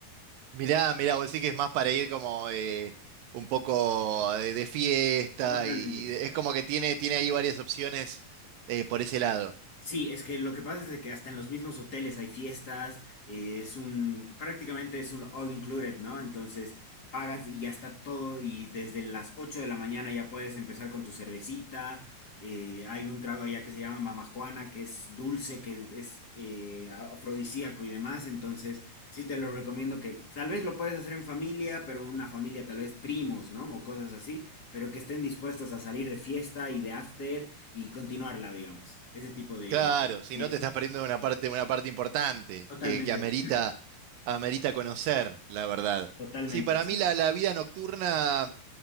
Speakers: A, on the right (about 80°); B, on the left (about 55°).
A: Mirá, mirá, vos decís que es más para ir como eh, un poco de, de fiesta
B: Totalmente.
A: y, y es como que tiene, tiene ahí varias opciones eh, por ese lado.
B: Sí, es que lo que pasa es de que hasta en los mismos hoteles hay fiestas, eh, es un, prácticamente es un all included, ¿no? Entonces pagas y ya está todo y desde las 8 de la mañana ya puedes empezar con tu cervecita, eh, hay un trago allá que se llama Mama Juana, que es dulce, que es eh, a- afrodisíaco y demás, entonces sí te lo recomiendo que tal vez lo puedes hacer en familia, pero una familia tal vez primos, ¿no? O cosas así, pero que estén dispuestos a salir de fiesta y de after y continuarla, digamos. Ese tipo de,
A: Claro,
B: de
A: si
B: fiestas.
A: no te estás perdiendo una parte, una parte importante
B: Totalmente,
A: que, que amerita,
B: <clears throat>
A: amerita conocer, la verdad.
B: totalmente,
A: Sí, para
B: sí.
A: mí la, la vida nocturna,